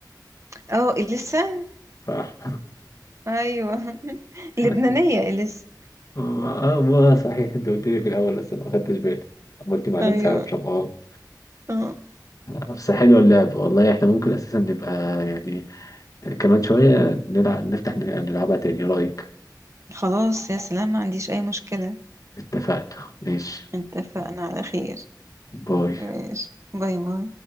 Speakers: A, on the right (about 40°); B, on the left (about 50°).
A: اه اليسا
B: صح
A: ايوه <laughs> لبنانيه
B: <laughs>
A: اليسا
B: اه ما صحيح انت قلت لي في الاول بس انا ما خدتش بالي قلت مع نانسي
A: ايوه
B: عجرم اه
A: اه
B: بس حلوه اللعب والله احنا ممكن اساسا نبقى يعني كمان شويه نلعب نفتح نلعبها تاني إيه رايك
A: خلاص يا سلام ما عنديش اي مشكله
B: اتفقنا ماشي
A: اتفقنا على خير
B: باي
A: ماشي باي باي